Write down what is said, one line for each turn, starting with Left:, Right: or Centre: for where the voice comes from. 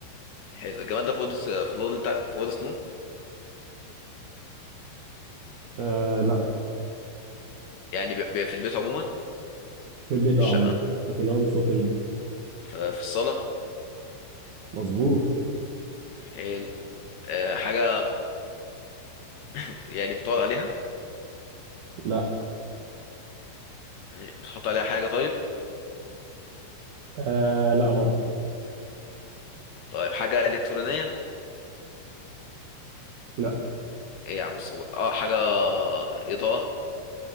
Left: حلو الجمال ده في اوضه في الاوضه اللي انت قاعد- في اوضه نوم
Right: آه لا
Left: يعني ب- ب- في البيت عموما
Right: في البيت
Left: في
Right: اه
Left: الشقه
Right: عموما لكن هو مش في أوضة النوم
Left: ف- في الصاله
Right: مظبوط
Left: حلو آه، حاجه <laughs> يعني بتقعد عليها
Right: لا
Left: يعني بتحط عليها حاجه طيب
Right: آه لا برضه
Left: طيب حاجه الكترونيه
Right: لا
Left: ايه يا عم الصور اه حاجه اضاءه